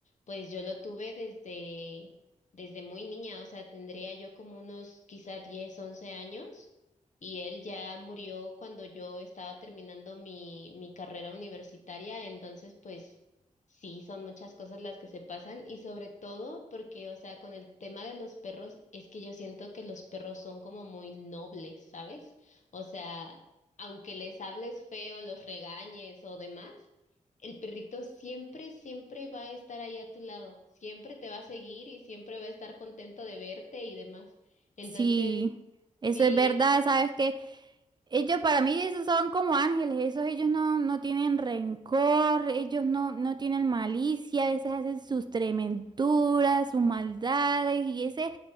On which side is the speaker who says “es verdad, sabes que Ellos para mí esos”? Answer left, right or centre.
Right